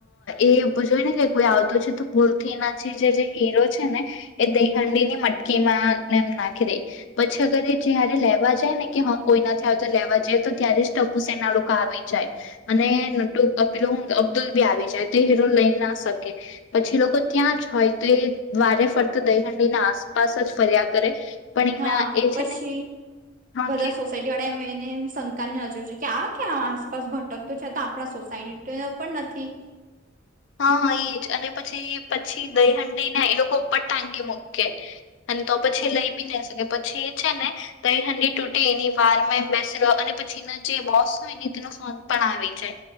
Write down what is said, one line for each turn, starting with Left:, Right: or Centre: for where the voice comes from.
Left: એ જોય ને કે કોઈ આવતું છે. તો ભૂલથી નાી જે તે હીરો છે, ને એ દહંડી ની મટકી માં એમ નાખી દે પછી અગર એ જયારે લેવા જાય ને કે, હન કોઈ નથી આવતું લેવા જીએ. તો ત્યારે જ ટપુસેના લો કા આવી જાય, અને નટુ અ પીલું અબ્દુલ બી આવી જાય તે હીરો લઈ ના શકે. પછી લોકો ત્યાં જ હોય, તે દ્વારે ફરતા દહીહાંડીના આસપાસ જ ફર્યા કરે. પણ
Right: હા,
Left: એના એ
Right: પછી
Left: છે ને હા
Right: બધા
Left: કે
Right: સો સાયટી વાળા એમ એને એમ શંકાની નજરે જોઈ કે આ કયાં આસપાસ ભટકતો છે, તો આપડા સોસાય ટીનો પણ નથી.
Left: હા, હા એ જ અને પછી-પછી દહીહાંડીને એ લોકો ઉપર ટાંગી મૂકે. અન તો પછી લઈ બી ના શકે. પછી એ છે ને તો, એ હાંડી તૂટી એની વારમાં એમ બેસેલો અને પછી એના જે બોસ હોય ને તેનો ફોન પણ આવી જાય